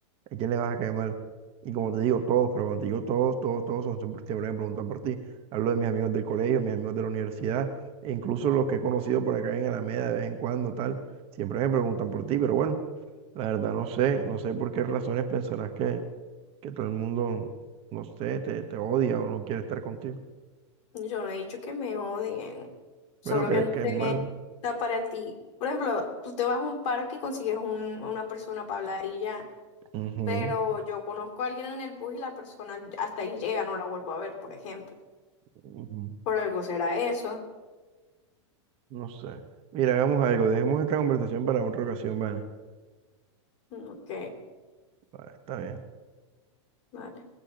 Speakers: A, on the right; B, on the left.
A: ¿a quién le vas a caer mal? Y como te digo, todos, pero cuando te digo todos, todos, todos, son, siempre siempre me preguntan por ti. Hablo de mis amigos del colegio, mis amigos de la universidad, e incluso los que he conocido por acá en Alameda de vez en cuando, tal, siempre me preguntan por ti, pero bueno, la verdad no sé, no sé por qué razones pensarás que, que todo el mundo, no sé, te, te odia o no quiere estar contigo.
B: Yo no he dicho que me odien, solo
A: Bueno, que
B: que
A: le
B: no
A: caes
B: sé,
A: mal.
B: está para ti. Por ejemplo, tú te vas a un parque y consigues un- una persona para hablar y ya,
A: Ujú,
B: pero yo conozco a alguien en el bus y la persona hasta ahí llega, no la vuelvo a ver, por ejemplo.
A: ujú.
B: Por algo será eso.
A: No sé. Mira, hagamos algo. Dejemos esta conversación para otra ocasión, ¿vale?
B: mm, Ok,
A: Vale, está bien.
B: vale.